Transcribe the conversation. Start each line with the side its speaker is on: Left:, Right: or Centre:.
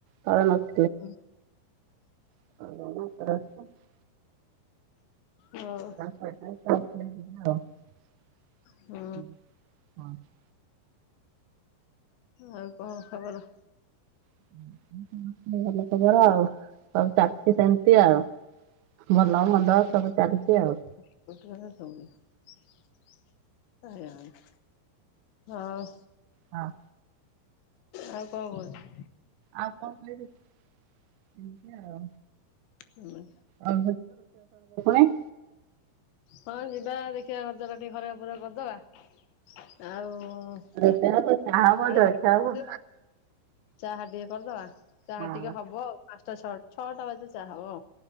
Right: ତଳେ ନ
Left: ଉଁ।
Right: <unintelligible>
Left: ହଉ।
Right: <unintelligible>
Left: ହୁଁ ଆଉ କଁ ଖବର?
Right: <unintelligible> ଭଲ ଖବର ଆଉ ହଉ <unintelligible> <unintelligible> ସେମ୍ତି ଆଉ ଭଲ ମନ୍ଦ ସବୁ ଚାଲିଚି ଆଉ।
Left: <unintelligible> ହଉ।
Right: ହଁ
Left: ଆଉ କଁ <unintelligible>
Right: ଆଉ କଁ କହିବି ଏମ୍ତି ଆଉ।
Left: ହୁଁ ବା।
Right: ଆଉ <unintelligible>
Left: ହଁ ଯିବା ଦେଖିବା ଘର ଦ୍ୱାର ଟିକେ <unintelligible> କର୍ ଦବା। ଆଉ
Right: ରୋଷେଇ ହବ ଚା ହବ
Left: ପାଣି
Right: ଜଳଖିଆ
Left: <unintelligible>
Right: ହବ
Left: ଚାହା ଟିକେ କର୍ ଦବା ଚାହା
Right: ହଁ।
Left: ଟିକେ ହବ ଆଉ <unintelligible> ଚ ସଟ୍ ଛଅଟା ବାଜି ଚା ହବ।